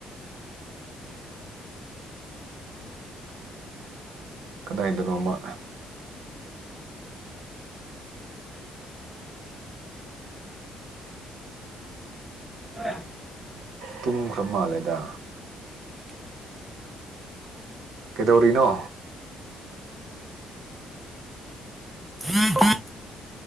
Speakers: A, on the right; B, in the centre.
A: ꯀꯗꯥꯏꯗꯅꯣꯃ
B: ꯎ
A: ꯇꯨꯝꯈ꯭ꯔ ꯃꯥꯜꯂꯦꯗ ꯀꯩꯗꯧꯔꯤꯅꯣ
B: ꯎꯝ ꯎꯝ <unintelligible>